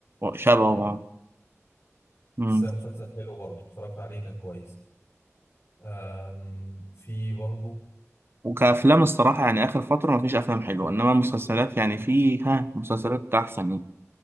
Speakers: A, on the right; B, on the left.
A: شبهه آه. مم.
B: بس مسلسل حلو برضه اتفرجت عليه كان كويس أم في برضه
A: وكأفلام الصراحة يعني آخر فترة مفيش أفلام حلوة إنما المسلسلات يعني في ها مسلسلات أحسن يعني